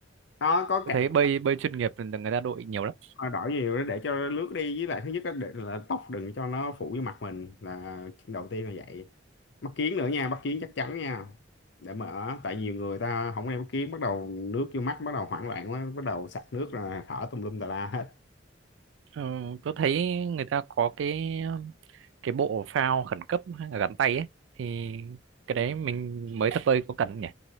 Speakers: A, on the left; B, on the right.
A: nó có
B: Tôi
A: cả
B: thấy bơi bơi chuyên nghiệp thì người ta đội nhiều lắm.
A: nó đổi nhiều đó để cho nó lướt đi với lại thứ nhất là, để, là tóc đừng cho nó phủ vô mặt mình là chuyện đầu tiên là vậy mắt kiếng nữa nha mắt kiếng chắc chắn nha để mở tại nhiều người ta không đeo mắt kiếng bắt đầu nước vô mắt bắt đầu hoảng loạn quá bắt đầu sặc nước là thở tùm lum tà la hết
B: Ờ, tôi thấy người ta có cái cái bộ phao khẩn cấp hay là gắn tay ấy thì cái đấy mình mới tập bơi có cần không nhỉ?